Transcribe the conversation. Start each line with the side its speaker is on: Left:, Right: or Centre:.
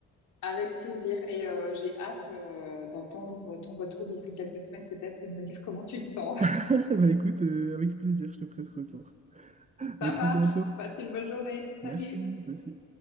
Left: Avec plaisir. Et euh, j'ai hâte euh, d'entendre ton retour d'ici quelques semaines peut-être et de me dire comment tu te sens.
Right: <laughs> Bah, écoute, euh, avec plaisir, je te ferai ce retour.
Left: <laughs> Ça
Right: À très
Left: marche.
Right: bientôt.
Left: Passe une bonne journée.
Right: Merci,
Left: Salut.
Right: toi aussi.